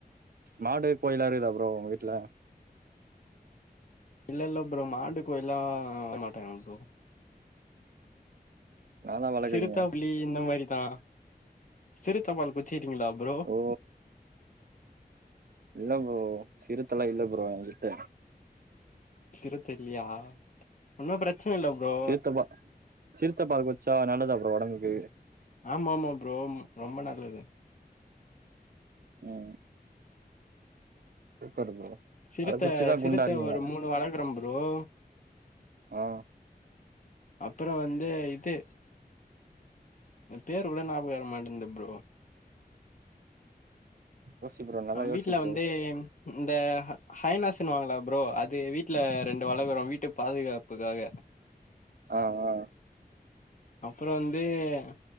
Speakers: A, on the right; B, on the left.
A: மாடு கோழிலா இருக்குதா ப்ரோ உங்க வீட்டுல
B: இல்லல்ல ப்ரோ மாடு கோழிலாம் வாங்க மாட்டாங்க ப்ரோ
A: என்னாதா வளக்குறீங்க
B: சிறுதாப்புளி இந்த மாரி ஆஹ் சிறுத்தம்பால் பூச்சி சரிங்களா ப்ரோ
A: ஓ இல்ல ப்ரோ சிறுத்தலா இல்ல ப்ரோ என் கிட்ட
B: சிருத்த இல்லையா ஒண்ணும் பிரச்ச ன்னை இல்ல ப்ரோ
A: சிறுத்தப்பா சிறுத்த பால் குச்சா நல்லதா ப்ரோ உடம்புக்கு
B: ஆமா ஆமா ப்ரோ ரொம்ப நல்லது
A: உம் சூப்பரு ப்ரோ
B: சிறுத்த
A: அத குச்சிதா
B: சிறுத்த
A: குண்டா இருக்கீங்களா
B: ஒரு மூணு வளர்க்குறோம் ப்ரோ ப்ரோ
A: ஆஹ்
B: அப்புறம் வந்து இது பேர் கூட ஞாபகம் வர மாட்டேகுது ப்ரோ
A: யோசி ப்ரோ நல்லா யோசி
B: வீட்டுல
A: ப்ரோ
B: வந்து இந்த ஹைனாஸ்ன்னுவாங்கள ப்ரோ அது வீட்டுல ரெண்டு வளக்குறோம் வீட்டு பாதுகாப்புக்காக
A: ஆ ஆ
B: அப்புறம் வந்து உம்